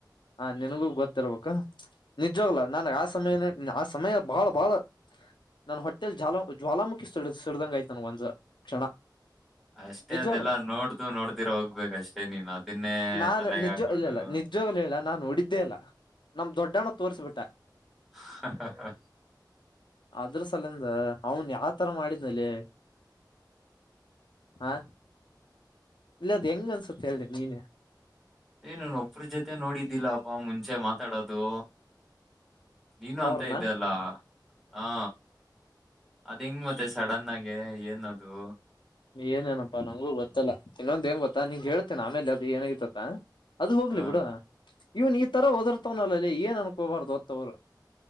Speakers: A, on the left (about 80°); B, in the centre.
A: ಹ ನಿನಗೂ ಗೊತ್ತಿರ್ಬೇಕ ನಿಜವಾಗ್ಲೂ ನನ್ಗೆ ಆ ಸಮಯನೇ ಆ ಸಮಯ ಬಾಳ ಬಾಳ ನನ ಹೊಟ್ಟೆಲ್ ಜಾಲ ಜ್ವಾಲಾಮ ಮುಖಿ ಸಿಡ್ದಂಗ ಆಯ್ತ ನನ್ಗ ಒಂದ ಕ್ಷಣ.
B: ಅಷ್ಟೇ
A: ನಿಜವಾಗ್ಲು
B: ಅದೆಲ್ಲ ನೋಡ್ದು ನೋಡ್ದಿರ ಹೋಗ್ಬೇಕ ಅಷ್ಟೇ ನೀನ್ ಅದನ್ನೇ
A: ನಾನ್
B: ತಲೆಗೆ
A: ನಿಜ
B: ಹಾಕೊಂಡು.
A: ಇಲ್ಲ ಇಲ್ಲ ನಿಜವಾಗ್ಲೂ ಹೇಳಲಾ ನಾ ನೋಡಿದ್ದೇ ಇಲ್ಲ ನಮ್ ದೊಡ್ಡಣ್ಣ ತೋರಿಸ ಬಿಟ್ಟಾ.
B: ಹ ಹ.
A: ಅದ್ರ ಸಲಂದ ಅವನ್ ಯಾವ ತರ ಮಾಡಿದ್ನಲ್ಲಿ. ಹಾ ಇಲ್ಲದ ಹೆಂಗ ಅನ್ಸುತ್ತ ಹೇಳಿ ನೀನೇ.
B: ಏ ನಾನ ಒಬ್ಬ್ರ ಜೊತೆ ನೋಡಿದ್ದಿಲ್ಲಪ್ಪಾ ಮುಂಚೆ ಮಾತಾಡೋದು. ನೀನು
A: ಅವ್ರನ
B: ಅಂತ ಇದ್ದಲ್ಲ ಹಾ ಅದ್ ಹೆಂಗ ಮತ್ತೆ ಸಡನ್ ಆಗೆ ಏನದು.
A: ಏನೇನಪ್ಪಾ ನಂಗೂ ಗೊತ್ತಲ್ಲಾ ಇನ್ನೊಂದ್ ಏನ್ ಗೊತ್ತಾ ನಿಂಗ ಹೇಳ್ತೇನ ಆಮೇಲ ಅದು ಏನಾಗಿತ್ತತ. ಅದು ಹೋಗ್ಲಿ
B: ಹ
A: ಬಿಡ ಇವನ್ ಈ ತರ ಒದರ್ತವನಲ್ಲಲ್ಲಿ ಏನ್ ಅನ್ಕೋಬಾರ್ದು ಹೊತ್ತವ್ರು.